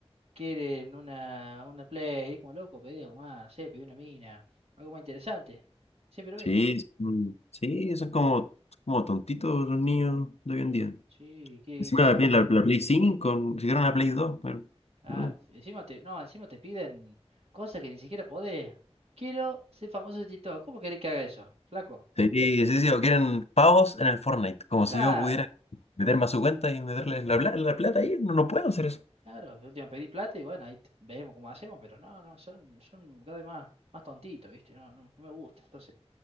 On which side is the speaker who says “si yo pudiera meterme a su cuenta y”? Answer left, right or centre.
Left